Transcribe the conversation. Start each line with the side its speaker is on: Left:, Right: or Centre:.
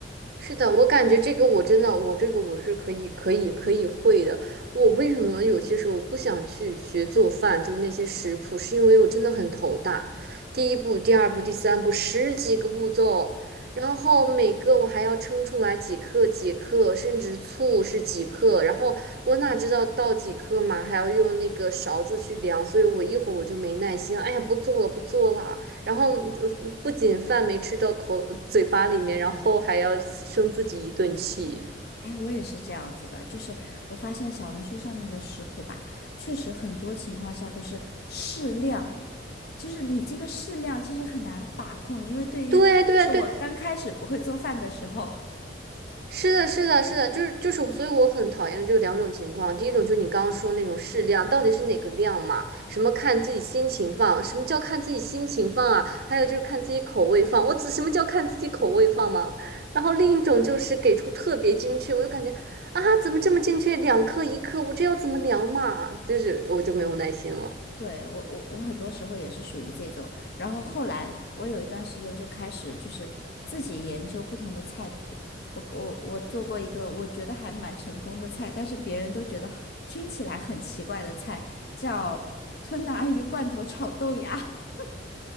Right: 是的，我感觉这个我真的，我这个我是可以可以可以会的。我为什么有些时候我不想去学做饭，就是那些食谱，是因为我真的很头大。第一步、第二步、第三步，十几个步骤，然后每个我还要称出来几克几克，甚至醋是几克，然后我哪知道倒几克嘛，还要用那个勺子去量，所以我一会儿我就没耐心，哎呀，不做了，不做了。然后嗯不仅饭没吃到口嘴巴里面，然后还要生自己一顿气。
Left: 哎，我也是这样子的，就是我发现小红书上面的食谱吧，确实很多情况下都是适量，就是你这个适量其实很难把控，因为对于就是我刚开始不会做饭的时候，
Right: 对对对，
Left: <laughs>
Right: 是的，是的，是的，就是就是，所以我很讨厌的就是两种情况。第一种就是你刚刚说那种适量，到底是哪个量嘛？什么看自己心情放？什么叫看自己心情放啊？还有就是看自己口味放。我只什么叫看自己口味放吗？然后另一种就是给出特别精确，我就感觉啊，怎么这么精确？两克一克，我这要怎么量嘛？就是我就没有耐心了。
Left: 对，我我我很多时候也是属于这种，然后后来我有一段时间就开始就是自己研究不同的菜谱，我我我做过一个我觉得还蛮成功的菜，但是别人都觉得听起来很奇怪的菜，叫吞拿鱼罐头炒豆芽。<laughs>